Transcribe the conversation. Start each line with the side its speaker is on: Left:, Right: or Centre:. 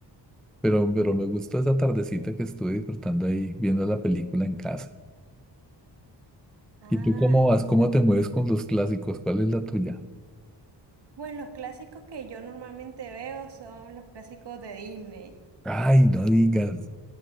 Centre: Pero, pero me gustó esa tardecita que estuve disfrutando ahí viendo la película en casa.
Right: Ah,
Centre: ¿Y tú cómo vas? ¿Cómo te mueves con los clásicos? ¿Cuál es la tuya?
Right: bueno los clásicos que yo normalmente veo son los clásicos de Disney.
Centre: Ay, no digas.